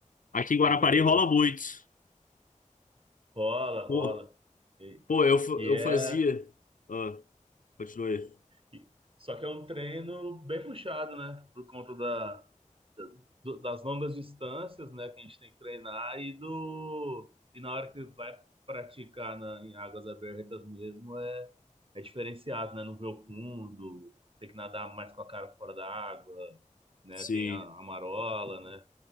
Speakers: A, on the left; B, on the right.
A: Aqui em Guarapari
B: E aí
A: rola
B: eu
A: muito.
B: Rola,
A: Pô,
B: rola. E,
A: pô, eu, fa-
B: e
A: eu
B: é.
A: fazia. Ah, continue.
B: e- só que é um treino bem puxado, né? Por conta da, do- das longas distâncias, né? Que a gente tem que treinar e do. E na hora que vai praticar na, em águas abertas mesmo, é, é diferenciado, né? Não vê o fundo, tem que nadar mais com a cara fora da água, né?
A: Sim.
B: Tem a, a marola, né?